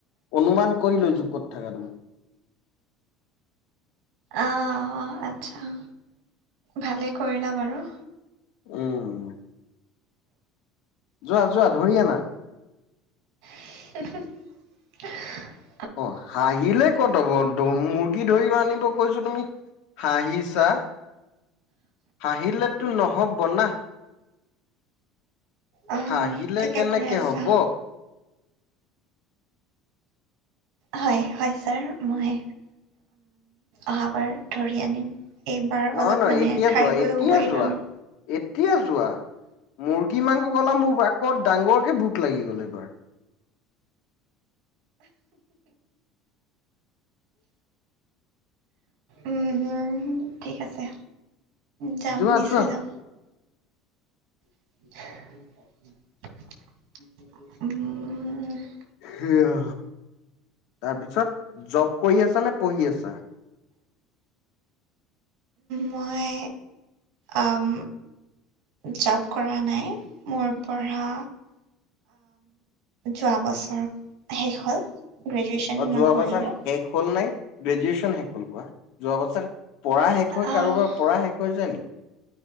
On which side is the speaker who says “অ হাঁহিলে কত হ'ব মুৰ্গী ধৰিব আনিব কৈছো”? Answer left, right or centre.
Left